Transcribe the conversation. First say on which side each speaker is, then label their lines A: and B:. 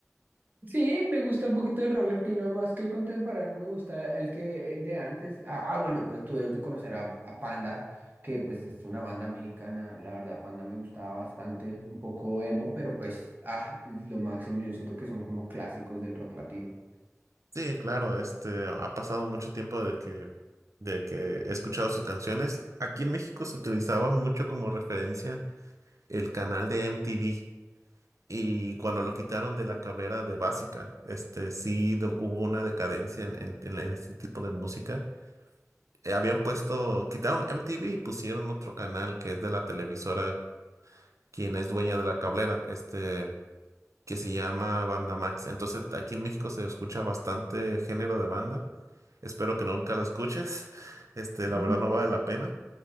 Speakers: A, on the right (about 35°); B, on the right (about 70°).
A: Sí, me gusta un poquito el rock latino más que el contemporáneo, me gusta el que el de antes. Ah, bueno, pues tú debes de conocer a, a Panda, que pues es una banda mexicana. La verdad, Panda me gustaba bastante, un poco emo, pero pues ah, es lo máximo. Yo siento que son como clásicos del rock latino.
B: Sí, claro, este, ha pasado mucho tiempo de que, de que he escuchado sus canciones. Aquí en México se utilizaba mucho como referencia el canal de MTV y cuando lo quitaron de la cablera de Básica, este, sí do- hubo una decadencia en, en, en este tipo de música. Eh, habían puesto, quitaron MTV y pusieron otro canal que es de la televisora, quien es dueña de la cablera, este... que se llama Banda Max. Entonces, aquí en México se escucha bastante género de banda. Espero que nunca lo escuches. <laughs> Este, la
A: <laughs>
B: verdad no vale la pena.